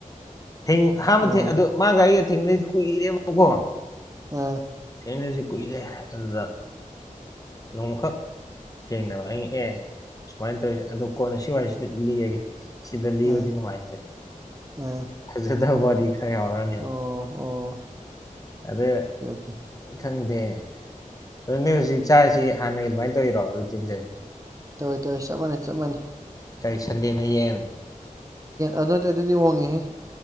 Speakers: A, on the left; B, on the right.
A: ꯊꯦꯡ ꯑꯍꯥꯟꯕ
B: ꯑꯣ
A: ꯊꯦꯡ ꯑꯗꯨ ꯃꯥꯒ ꯑꯩꯒ ꯊꯦꯡꯅ ꯀꯨꯏꯔꯦꯕꯀꯣ
B: ꯑ
A: <unintelligible> ꯅꯁꯨ ꯀꯨꯏꯔꯦ ꯑꯗꯨꯗ ꯅꯣꯡꯃꯈꯛ ꯊꯦꯡꯅꯕ ꯑꯩꯅ ꯑꯦ ꯁꯨꯃꯥꯏꯅ ꯇꯧꯋꯦ ꯑꯣ ꯀꯣꯟꯅ ꯁꯤ ꯋꯥꯔꯤꯁꯤꯗꯤ ꯂꯤꯔꯒꯦ ꯁꯤꯗ ꯂꯤꯕꯗꯤ
B: ꯑꯥ
A: ꯅꯨꯉꯥꯏꯇꯦ
B: ꯑꯥ
A: ꯐꯖꯗꯕ ꯋꯥꯔꯤ ꯈ ꯈ ꯌꯥꯎꯔꯅꯤꯕ
B: ꯑꯣ ꯑꯣ
A: ꯑꯗ
B: ꯑꯣꯀꯦ ꯑꯣꯀꯦ
A: ꯈꯪꯗꯦ ꯑꯣ ꯅꯣꯏ ꯍꯧꯖꯤꯛ ꯆꯥꯢꯁꯤ ꯍꯥꯟꯅꯒꯤ ꯗꯨꯃꯥꯏ ꯇꯧꯔꯤꯔꯣ ꯔꯨꯇꯤꯟꯁꯦ
B: ꯇꯧꯏ ꯇꯧꯢ ꯆꯞ ꯃꯥꯟꯅꯩ ꯆꯞ ꯃꯥꯟꯅꯩ
A: ꯀꯩ ꯁꯟꯗꯦꯅ ꯌꯦꯟ
B: ꯑꯗꯨꯗꯤ ꯑꯗꯨꯗꯤ ꯋꯪꯉꯤꯍꯦ